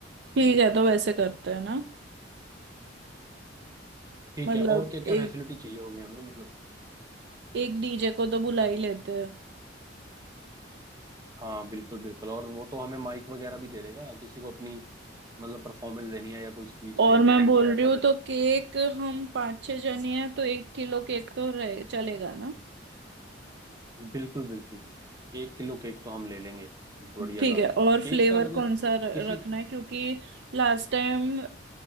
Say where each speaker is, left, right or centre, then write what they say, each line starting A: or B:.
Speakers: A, on the right (about 65°); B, on the right (about 20°).
A: ठीक है तो वैसे करते हैं ना
B: ठीक
A: मतलब
B: है और क्या
A: एक
B: क्या फैसिलिटी चाहिए होगी हमें मतलब
A: एक डीजे को तो बुला ही लेते हैं
B: हाँ बिल्कुल बिल्कुल और वो तो हमें माइक वगैरह भी दे देगा किसी को अपनी मतलब परफॉर्मेंस देनी है या कोई स्पीच
A: और
B: देनी
A: मैं
B: है मतलब
A: बोल
B: ऐसा
A: रही हूँ
B: कुछ
A: तो केक हम पाँच छह जने हैं तो एक किलो केक तो रहे चलेगा ना
B: बिल्कुल बिल्कुल एक किलो केक तो हम ले लेंगे बढ़िया
A: ठीक
B: था
A: है और
B: केक
A: फ्लेवर
B: का मतलब
A: कौन सा र-
B: किसी
A: रखना है क्योंकि लास्ट टाइम